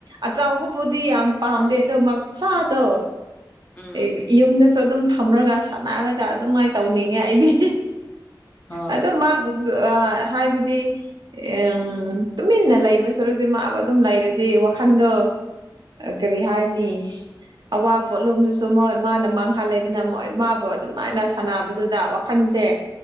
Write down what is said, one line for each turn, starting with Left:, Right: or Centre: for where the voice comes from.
Right: ꯑꯆꯧꯕꯕꯨꯗꯤ ꯌꯥꯝ ꯄꯥꯝꯗꯦ ꯑ ꯑꯗꯣ ꯃ ꯁꯥꯗꯣ
Left: ꯎꯝ
Right: ꯑꯩ ꯌꯨꯝꯗꯁꯨ ꯑꯗꯨꯝ ꯊꯝꯂꯒ ꯁꯥꯟꯅꯔꯒ ꯑꯗꯨꯃꯥꯏꯅ ꯇꯧꯅꯤꯡꯉꯦ ꯑꯩꯗꯤ
Left: ꯍꯣꯏ
Right: ꯑꯗꯨ ꯃꯥ ꯑ ꯍꯥꯏꯕꯗꯤ ꯎꯝ ꯇꯨꯃꯤꯟꯅ ꯂꯩꯕ ꯁꯔꯨꯛꯗꯤ ꯃꯥꯕꯨ ꯑꯗꯨꯝ ꯂꯩꯔꯗꯤ ꯋꯥꯈꯟꯗꯣ ꯀꯔꯤ ꯍꯥꯏꯅꯤ
Left: <inaudible>
Right: ꯑꯋꯥ ꯄꯣꯠꯂꯣꯝꯗꯨꯁꯨ ꯃꯣꯏ ꯃꯥꯅ ꯃꯥꯡꯍꯜꯂꯦꯗꯅ ꯃꯣꯏ ꯃꯥꯕꯨ ꯑꯗꯨꯃꯥꯏꯅ ꯁꯥꯟꯅꯕꯗꯨꯗ ꯋꯥꯈꯟꯁꯦ